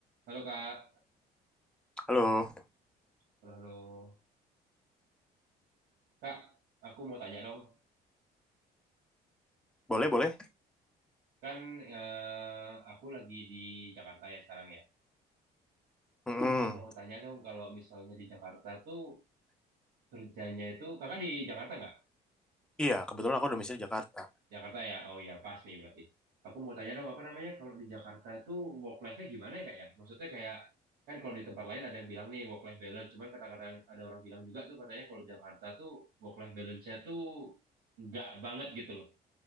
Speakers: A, on the right (about 85°); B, in the centre.
A: Halo Kak,
B: Halo,
A: halo halo. Kak, aku mau tanya dong.
B: boleh boleh.
A: Kan eh, aku lagi di Jakarta ya sekarang ya.
B: Mm-mm.
A: Aku mau tanya dong kalau misalnya di Jakarta tuh kerjanya itu Kakak di Jakarta nggak?
B: Iya, kebetulan aku domisili Jakarta.
A: Jakarta ya. Oh ya, pas nih berarti. Aku mau tanya dong apa namanya kalau di Jakarta tuh work life-nya gimana ya Kak ya? Maksudnya kayak kan kalau di tempat lain ada yang bilang nih work life balance, cuman kadang-kadang ada orang bilang juga tuh katanya kalau Jakarta tuh work life balance-nya tuh nggak banget gitu loh.